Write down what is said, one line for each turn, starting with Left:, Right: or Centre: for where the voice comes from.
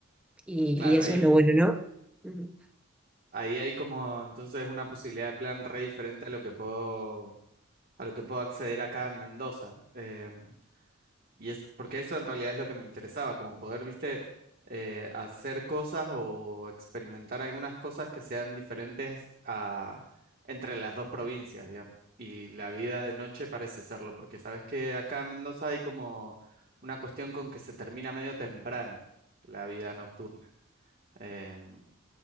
Centre: y,
Right: claro,
Centre: y eso
Right: ahí,
Centre: es lo bueno, ¿no? Ujú.
Right: ahí hay como entonces una posibilidad de plan re diferente a lo que puedo, a lo que puedo acceder acá en Mendoza. Eh, Y es, porque eso en realidad es lo que me interesaba, como poder, viste, eh, hacer cosas o experimentar algunas cosas que sean diferentes a, entre las dos provincias, digamos. Y la vida de noche parece serlo, porque sabes que acá en Mendoza hay como una cuestión con que se termina medio temprano la vida nocturna. Em,